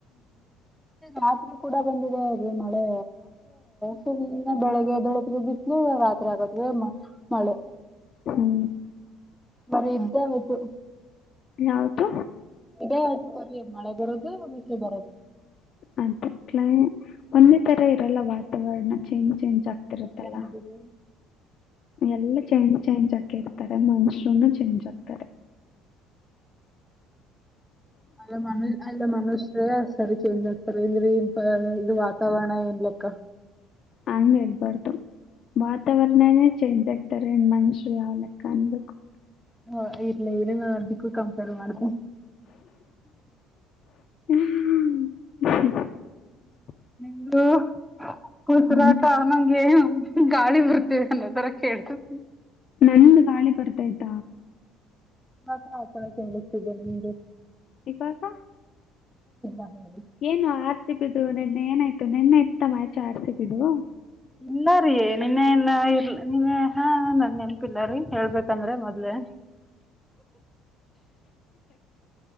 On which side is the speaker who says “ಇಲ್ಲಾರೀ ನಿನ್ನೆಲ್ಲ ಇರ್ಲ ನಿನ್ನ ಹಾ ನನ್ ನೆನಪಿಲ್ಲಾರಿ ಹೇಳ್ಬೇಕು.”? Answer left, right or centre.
Centre